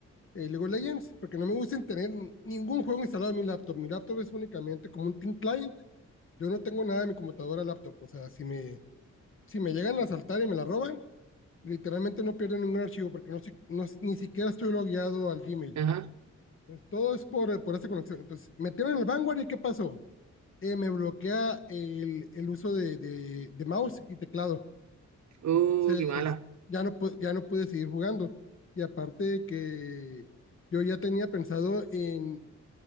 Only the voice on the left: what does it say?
eh, League of Legends, porque no me gusta tener ningún juego instalado en mi laptop. Mi laptop es únicamente como un Team Client, yo no tengo nada en mi computadora laptop, o sea, si me, si me llegan a asaltar y me la roban, literalmente no pierdo ningún archivo, porque no, no ni siquiera estoy logueado al Gmail.
Entonces, todo es por, por esa conexión. Entonces, metieron el Vanguard y ¿qué pasó? eh, me bloquea el, el uso de, de, de mouse y teclado.
Entonces,
ya no, pu- ya no pude seguir jugando. Y aparte de que yo ya tenía pensado en,